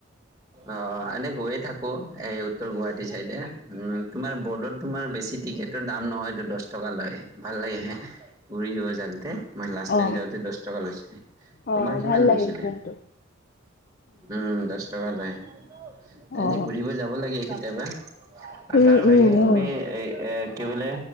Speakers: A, on the right; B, on the left.
A: অ এনে গৈয়ে থাকো এই উত্তৰ গুৱাহাটী চাইডে উম তোমাৰ বোডত তোমাৰ বেছি টিকেট। এইটো দাম নহয়টো দহ টকা লয় ভাল লাগে হে ঘূৰিব গৈ যাওঁতে। মই লাষ্ট
B: অ
A: টাইম যাওঁতে দহ টকা লৈছিলে
B: অ
A: তোমাৰ কিমান
B: ভাল লাগে
A: লৈছিলে
B: কিন্তু
A: উম দহ টকা লয়
B: অ
A: এনেই ঘূৰিব যাব লাগে কেতিয়াবা। আৰু
B: উম
A: তাৰ বাহিৰে
B: উম হয়
A: তুমি এ এ কি বোলে